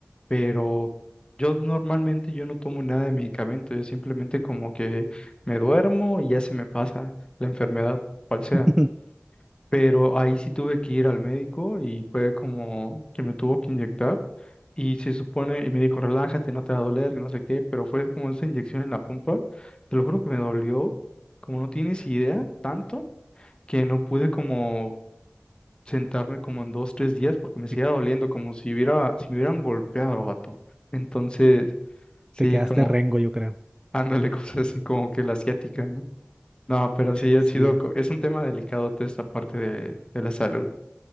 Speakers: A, on the left; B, on the right.
A: pero yo normalmente yo no tomo nada de medicamento, yo simplemente como que me duermo y ya se me pasa la enfermedad, cual sea
B: <laughs>
A: pero ahí sí tuve que ir al médico y fue como que me tuvo que inyectar y se supone, y me dijo, relájate, no te va a doler, que no sé qué, pero fue como esa inyección en la pompa, te lo juro que me dolió, como no tienes idea, tanto que no pude como sentarme como en dos, tres días porque me seguía
B: Te
A: doliendo, como si hubiera, si me hubieran golpeado, vato. Entonces, sí,
B: te quedaste
A: como,
B: rengo, yo creo.
A: ándale, <laughs> cosas así como que la asiática, ¿no? No, pero sí ha
B: Sí,
A: sido, co- es un tema delicado toda esta parte de, de la salud.